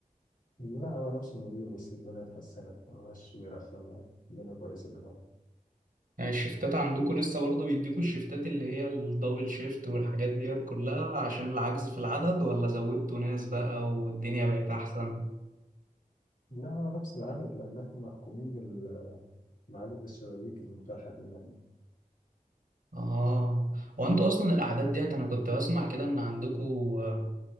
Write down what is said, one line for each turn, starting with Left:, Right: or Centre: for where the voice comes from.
Left: لا هو نفس المدير بس الدنيا اتحسنت ما بقاش بيرخم يعني. الدنيا كويسة دلوقتي
Right: يعني الشفتات عندكم لسه برضه بيديكوا الشفتات اللي هي الدبل شيفت والحاجات ديت كلها عشان العجز في العدد ولا زودتوا ناس بقى والدنيا بقت أحسن؟
Left: لا هو نفس العدد لأن احنا محكومين بال... بعدد الشبابيك المتاحة لنا يعني
Right: اه هو انتوا اصلا الاعداد ديت انا كنت بسمع كده ان عندكوا آه،